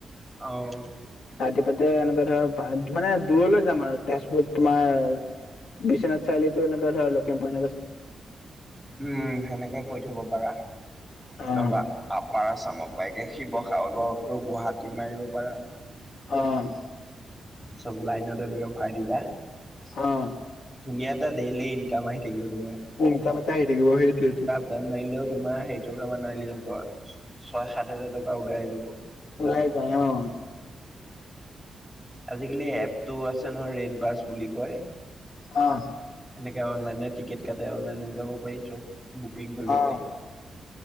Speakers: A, in the centre; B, on the left.
A: অ'।
B: ৰাতিপুৱাতে এনেকে ধৰ, মানে দূৰলৈ যাম আৰু তেজপুৰত তোমাৰ বিশ্বনাথ চাৰিআলি তোৰ এনেকা ধৰ লখিমপুৰ
A: উম, সেনেকে কৰি থ'ব পাৰা নহ'বা
B: অ
A: আপাৰ আচামৰ পৰা এতিয়া, শিৱসাগৰ তো, গুৱাহাটী মাৰিব পাৰা।
B: অ'।
A: চব লাইনৰে এনেকে ভৰাই দিবা।
B: অ'।
A: ধুনীয়া এটা ডেইলি ইনকাম আহি থাকিব, তোমাৰ।
B: উ তে চ <unintelligible> আহি থাকিব সেইটোৱেটো।
A: দন <unintelligible> মাৰিলেও তোমাৰ হেৰি টকা মান আহি যাব, ছয় সাত হাজাৰ টকা উলাই যাব।
B: ওলাই যায়, অ'।
A: আজিকালি এপটো আছে নহয়, ৰেড বাছ বুলি কয়।
B: অ'।
A: পাৰ <unintelligible>
B: অ